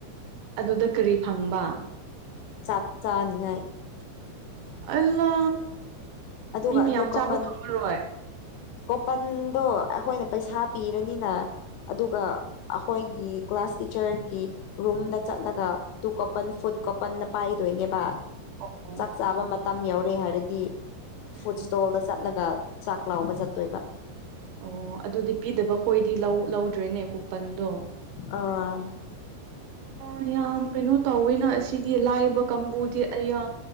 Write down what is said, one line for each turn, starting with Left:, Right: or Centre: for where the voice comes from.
Right: ꯑꯗꯨꯗ ꯀꯔꯤ ꯐꯪꯕ
Left: ꯆꯥꯛ ꯆꯥꯅꯤꯉꯥꯏ
Right: ꯑꯜꯂꯥ
Left: ꯑꯗꯨꯒ
Right: ꯃꯤ ꯃꯌꯥꯝ
Left: ꯑꯗꯨ
Right: ꯆꯥꯕ
Left: ꯀꯣꯄꯟ
Right: ꯐꯪꯉꯔꯣꯏ
Left: ꯀꯣꯄꯟꯗꯣ ꯑꯩꯈꯣꯏꯅ ꯄꯩꯁꯥ ꯄꯤꯔꯅꯤꯅ ꯑꯗꯨꯒ ꯑꯩꯈꯣꯏꯒꯤ ꯀ꯭ꯂꯥꯁ ꯇꯤꯆꯔꯒꯤ ꯔꯨꯝꯗ ꯆꯠꯂꯒ ꯇꯨ ꯀꯣꯄꯟ ꯐꯨꯠ ꯀꯣꯄꯟꯗ‌ꯣ ꯄꯥꯏꯗꯣꯏꯅꯦꯕ
Right: ꯑꯣ ꯑꯣ
Left: ꯆꯥꯛ ꯆꯥꯕ ꯃꯇꯝ ꯌꯧꯔꯦ ꯍꯥꯏꯔꯗꯤ ꯐꯨꯗ
Right: ꯎꯝ
Left: ꯏꯁꯇꯣꯜꯗ ꯆꯠꯂꯒ ꯆꯥꯛ ꯂꯥꯎꯕ ꯆꯠꯇꯣꯏꯕ
Right: ꯎꯝ ꯑꯣ ꯑꯗꯨꯗꯤ ꯄꯤꯗꯕ ꯈꯣꯏꯗꯤ ꯂꯧ ꯂꯧꯗ꯭ꯔꯦꯅꯦ ꯀꯨꯄꯟꯗꯣ
Left: ꯑ
Right: ꯑ ꯌꯥꯝ ꯀꯩꯅꯣ ꯇꯧꯋꯦꯅ ꯑꯁꯤꯗꯤ ꯂꯥꯏꯕ ꯀꯥꯡꯕꯨꯗꯤ ꯑꯌꯥ